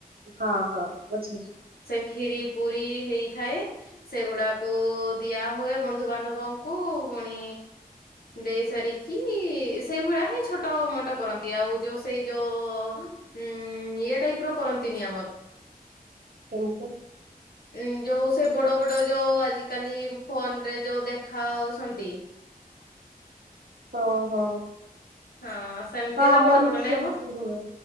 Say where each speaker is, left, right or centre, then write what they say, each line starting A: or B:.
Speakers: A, on the right; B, on the left.
A: ହଁ ହଁ ଅଛ
B: ଖ୍ଷୀରି ପୁରୀ ହେଇଥାଏ ସେଗୁଡାକୁ ଦିଆ ହୁଏ ବନ୍ଧୁବାନ୍ଧବଙ୍କୁ ପୁଣି ଦେଇ ସେ ିକି ସେଇ ଭଳିଆ ହିଁ ଛୋଟ ମଟ କରନ୍ତି ଆଉ ଯୋଉ ସେଇ ଯୋଉ ହୁଁ ଏ ଟାଇପ ର କରନ୍ତିନି ଆମର
A: କିନ୍ତୁ
B: ଉ ଯୋଉ ସେ ବଡ ବଡ ଯୋଉ ଆଜିିକାଲି ଫୋନ ରେ ଯୋଉ ଦେଖାଉଛନ୍ତି।
A: ହ ହଁ।
B: ହଁ। ସେମିତି
A: ହଁ
B: ତ
A: ଆମର
B: ବଡ ବଡ
A: ବି
B: ନାଇଁ
A: ସେମିତି
B: ମ।
A: ହୁଏ